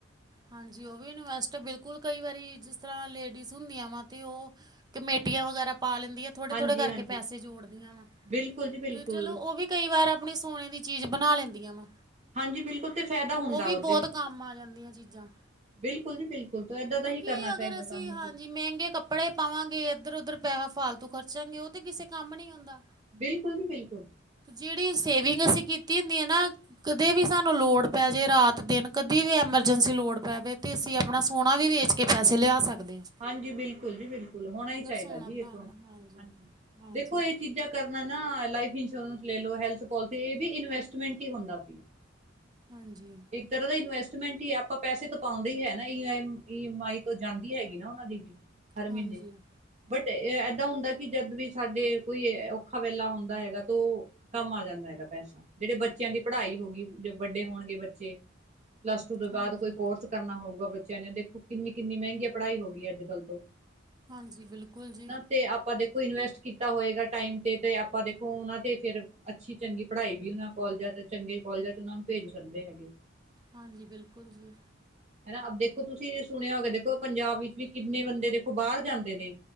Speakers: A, on the right; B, on the right.
A: ਹਾਂਜੀ ਉਹ ਵੀ ਇਨਵੈਸਟ ਬਿਲਕੁਲ ਕਈ ਵਾਰੀ ਜਿਸ ਤਰ੍ਹਾਂ ਲੇਡੀਜ਼ ਹੁੰਦੀਆਂ ਵਾ ਤੇ ਉਹ ਕਮੇਟੀਆਂ ਵਗੈਰਾ ਪਾ ਲੈਂਦੀਆਂ। ਥੋੜੇ-ਥੋੜੇ
B: ਹਾਂਜੀ
A: ਕਰਕੇ
B: ਹਾਂਜੀ
A: ਪੈਸੇ ਜੋੜਦੀਆਂ ਵਾ।
B: ਬਿਲਕੁਲ ਜੀ। ਬਿਲਕੁਲ
A: ਤੇ ਚਲੋ ਉਹ ਵੀ ਕਈ ਵਾਰ ਆਪਣੀ ਸੋਨੇ ਦੀ ਚੀਜ਼ ਬਣਾ ਲੈਂਦੀਆਂ ਵਾ।
B: ਹਾਂਜੀ, ਬਿਲਕੁਲ ਤੇ ਫਾਇਦਾ ਹੁੰਦਾ
A: ਉਹ ਵੀ
B: ਉਹਦੇ
A: ਬਹੁਤ
B: ਵਿੱਚ।
A: ਕੰਮ ਆ ਜਾਂਦੀਆਂ
B: <inaudible>
A: ਚੀਜ਼ਾਂ
B: ਬਿਲਕੁਲ ਜੀ ਬਿਲਕੁਲ ਤੋ ਏਦਾਂ ਦਾ
A: ਕਿਉਂਕਿ
B: ਹੀ ਕਰਨਾ ਚਾਹੀਦਾ
A: ਅਗਰ ਅਸੀਂ
B: ਸਾਨੂੰ।
A: ਹਾਂਜੀ ਮਹਿੰਗੇ ਕੱਪੜੇ ਪਾਵਾਂਗੇ। ਇੱਧਰ-ਉਧਰ ਪੈਸਾ ਫਾਲਤੂ ਖਰਚਾਂਗੇ ਉਹ ਤੇ ਕਿਸੇ ਕੰਮ ਨੀ ਆਉਂਦਾ।
B: ਬਿਲਕੁਲ ਜੀ ਬਿਲਕੁਲ।
A: ਜਿਹੜੀ ਸੇਵਿੰਗ ਅਸੀਂ ਕੀਤੀ ਹੁੰਦੀ ਹੈ ਨਾ ਕਦੇ ਵੀ ਸਾਨੂੰ ਲੋੜ ਪੈ ਜੇ ਰਾਤ-ਦਿਨ ਕਦੇ ਵੀ ਐਮਰਜੈਂਸੀ ਪੈਵੇ ਤੇ ਅਸੀਂ ਆਪਣਾ ਸੋਹਣਾ ਵੇਚ ਕੇ ਕਿ ਪੈਸੇ ਲਿਆ ਸਕਦੇ ਆ।
B: ਹਾਂਜੀ ਬਿਲਕੁਲ ਜੀ ਬਿਲਕੁਲ ਹੋਣਾ ਹੀ ਚਾਹੀਦਾ
A: ਸੋਨਾ
B: ਜੀ।
A: ਬਣਾ
B: ਇਹ ਤੋਂ
A: ਲੈਣਾ
B: ਹਾਂਜੀ
A: ਹਾਂਜੀ
B: ਦੇਖੋ ਇਹ ਚੀਜ਼ਾਂ ਕਰਨਾ ਨਾ ਲਾਈਫ ਇੰਸ਼ੋਰੈਂਸ ਲੈ ਲਓ ਹੈਲਥ ਪੋਲਿਸੀ ਇਹ ਵੀ ਇਨਵੈਸਟਮੈਂਟ ਹੀ ਹੁੰਦਾ ਸੀਗਾ।
A: ਹਾਂਜੀ।
B: ਇੱਕ ਤਰ੍ਹਾਂ ਦਾ ਇਨਵੈਸਟਮੈਂਟ ਹੀ ਐ ਆਪਾਂ ਪੈਸੇ ਤੋਂ ਪਾਉਂਦੇ ਹੀ ਹੈ, ਨਾ ਈ ਈ ਐਮ ਆਈ ਤੋਂ ਜਾਂਦੀ ਹੈਗੀ। ਨਾ ਉਹਨਾਂ ਦੀ ਵੀ, ਹਰ ਮਹੀਨੇ,
A: ਹਾਂਜੀ
B: ਬਟ ਏਦਾਂ ਹੁੰਦਾ ਕਿ ਜਦ ਵੀ ਸਾਡੇ ਕੋਈ ਔਖਾ ਵੇਲਾ ਹੁੰਦਾ ਹੈਗਾ ਤੋ ਕੰਮ ਆ ਜਾਂਦਾ ਹੈਗਾ ਪੈਸਾ ਜਿਹੜੇ ਬੱਚਿਆਂ ਦੀ ਪੜ੍ਹਾਈ ਹੋ ਗਈ ਜਦੋ ਵੱਡੇ ਹੋਣਗੇ ਬੱਚੇ ਪਲੱਸ ਟੂ ਦੇ ਬਾਅਦ
A: ਹਾਂਜੀ
B: ਕੋਈ ਕੋਰਸ ਕਰਨਾ ਹੋਊਗਾ ਬੱਚਿਆਂ ਨੇ ਦੇਖੋ ਕਿੰਨੀ-ਕਿੰਨੀ ਮਹਿੰਗੀ ਪੜ੍ਹਾਈ ਹੋ ਗਈ ਹੈ ਅੱਜ-ਕੱਲ ਤੋਂ
A: ਹਾਂਜੀ ਬਿਲਕੁਲ ਜੀ
B: ਓਦਾਂ ਤੇ ਆਪਾਂ ਦੇਖੋ ਕੋਈ ਇਨਵੈਸਟ ਕੀਤਾ ਹੋਏਗਾ ਟਾਈਮ ਤੇ ਤੇ ਆਪਾਂ ਦੇਖੋ ਉਹਨਾਂ ਤੇ ਫਿਰ ਅੱਛੀ ਚੰਗੀ ਪੜ੍ਹਾਈ ਵੀ ਉਹਨਾਂ ਕੋਲਜਾਂ ਚ ਚੰਗੇ ਕਾਲਜਾਂ ਚ ਉਹਨਾਂ ਨੂੰ ਭੇਜ ਸਕਦੇ ਹੈਗੇ।
A: ਹਾਂਜੀ ਬਿਲਕੁਲ ਜੀ।
B: ਹਨਾ ਅਬ ਦੇਖੋ ਤੁਸੀਂ ਸੁਣਿਆ ਹੋਵੇ ਦੇਖੋ ਪੰਜਾਬ ਵਿੱਚ ਵੀ ਕਿੰਨੇ ਬੰਦੇ ਦੇਖੋ ਬਾਹਰ ਜਾਂਦੇ ਨੇ।